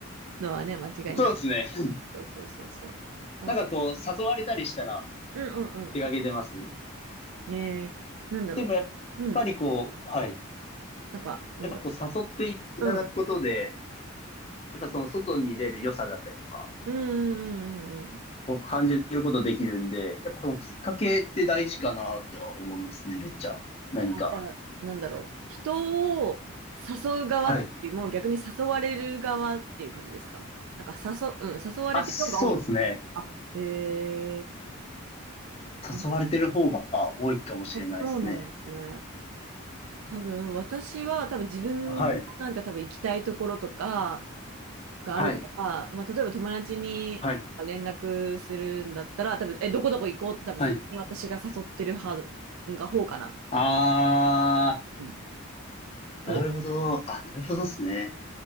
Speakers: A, on the right (about 75°); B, on the left (about 30°).
A: のはね、間違いない。
B: そうですね。
A: そうそうそうそう。あ、
B: なんかこう、誘われたりしたら
A: うんうんうんう
B: 出かけてますね。
A: ん。えー、なんだろう。
B: でもやっ
A: うん。
B: ぱりこう、はい。
A: なんか、なんだろ
B: やっぱこう誘っていただくことで、
A: う。
B: やっぱその外に出る良さだったりとか、
A: うんうんうんうんうん。
B: こう感じることできるんで、やっぱそのきっかけって大事かなとは思いますね、めっちゃ。何か。
A: あ、じゃあ、なんだろう。人を誘う側っていうよりも逆に誘われる側っていう感じですかなんか誘う、
B: はい。
A: うん、誘われてる方が多いな。
B: あ、そうですね。
A: あ、へえ。あ、
B: 誘われてる方が多いかもしれないですね。
A: あそうなんですね。多分、私は多分自分のなんか多分行きたいところとか
B: はい。
A: があるから、
B: はい。
A: まあ、例えば友達に連絡するんだったら、
B: はい。
A: 多分、え、どこどこ行こうって多分先に私が誘ってる派、
B: はい。
A: なんか方かな。
B: あ
A: うん、そう。
B: ー、なるほど。あ、なるほどですね。